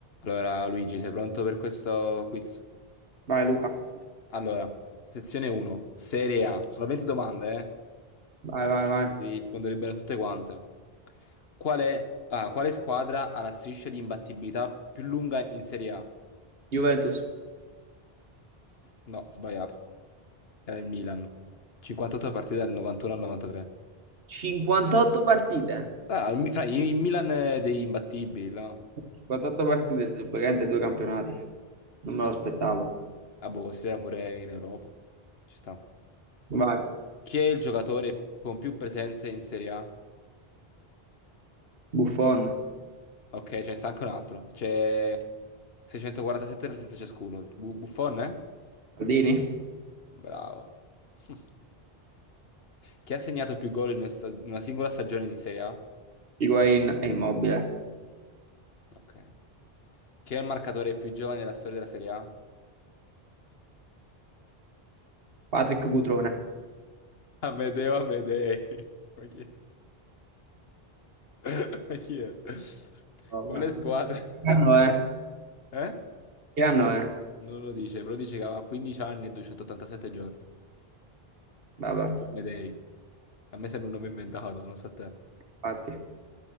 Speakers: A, on the left; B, on the right.
A: Allora, Luigi, sei pronto per questo quiz?
B: Vai Luca,
A: Allora, sezione 1, Serie A. Sono 20 domande,
B: vai,
A: eh? Devi
B: vai, vai.
A: devi rispondere bene a tutte quante. Qual è- ah, quale squadra ha la striscia di imbattibilità più lunga in Serie A?
B: Juventus,
A: No, ho sbagliato. Era il Milan. 58 partite dal 91 al 93.
B: 58 partite.
A: Ah, il, Mi- fra, il il Milan è degli imbattibili, no?
B: 58 partite su praticamente due campionati, non me lo aspettavo.
A: Ah, boh, considera pure in Europa. Ci sta.
B: Vai,
A: Chi è il giocatore con più presenze in Serie A?
B: Buffon,
A: Ok, ce ne sta anche un altro. C'è 647 presenze ciascuno. Bu- Buffon, eh?
B: Maldini,
A: Bravo. <laughs> Chi ha segnato più gol in una sta- in una singola stagione di Serie A?
B: Higuain e Immobile.
A: Ok. Chi è il marcatore più giovane della storia della Serie A?
B: Patrick Cutrone.
A: Amedeo Amedei. <laughs> Ma chi è? <laughs> Ma chi è?
B: Vabbè.
A: Quale squadra?
B: Che
A: <laughs>
B: anno è?
A: Eh?
B: Che anno è?
A: Non lo dice, però dice che aveva 15 anni e 287 giorni.
B: Vabbè,
A: Ah, Amedei. A me sembra un nome inventato, non so a te.
B: infatti.